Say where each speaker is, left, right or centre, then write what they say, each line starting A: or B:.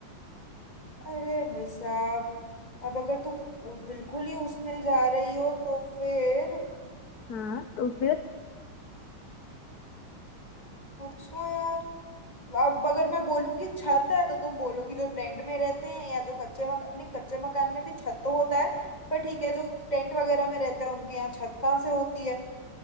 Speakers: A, on the left; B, on the left.
A: अरे भाई साहब अब अगर तुम उ- बिल्कुल ही उसमें जा रही हो तो फिर
B: हाँ तो फिर
A: अच्छा यार अब अगर मैं बोलूंगी छत है तो तुम बोलोगी जो टेंट में रहते हैं या जो कच्चे मकान नहीं कच्चे मकान में भी छत तो होता है पर ठीक है जो टेंट वगैरह में रहते हैं उनके यहाँ छत कहाँ से होती है